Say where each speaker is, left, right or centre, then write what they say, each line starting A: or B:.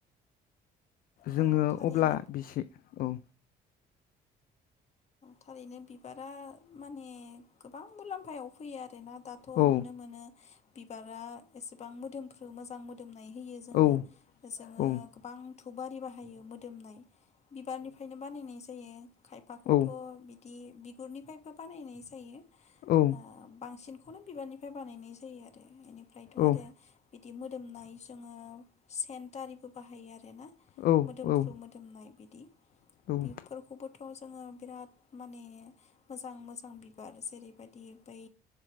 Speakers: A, on the left; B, on the left.
A: जोङो
B: औ थारैनो
A: अब्ला बेसे औ
B: थारैनो बिबारा माने गोबां मुलाम्फायाव फैयो आरोना दाथ'
A: औ
B: नुनो मोनो। बिबारा एसेबां मोदोमफ्रो मोजां मोदोमो नाय होयो जोंनो
A: औ
B: जोङो
A: औ
B: गोबां धुप आरि बाहायो मोदोमनाय बिबारनिफ्रायनो बानायनाय जायो। जायो खायफा
A: औ
B: बिदि बिगुरनिफ्रायबो बानायनाय जायो।
A: औ
B: ओ बांसिन बेखौनो बिबारनिफ्राय बानायनाय जायो आरो। ओमफ्रायथ'
A: औ
B: आरो बिदि मोदोमनाय जोङो सेन दारिबो बाहायो आरो ना
A: औ
B: मोदोमफ्रु मोदोमनाय बिदि
A: औ
B: बेफोरखौबो थ' जोङो। बिराद माने मोजां मोजां बिबार जेरैबायदि बै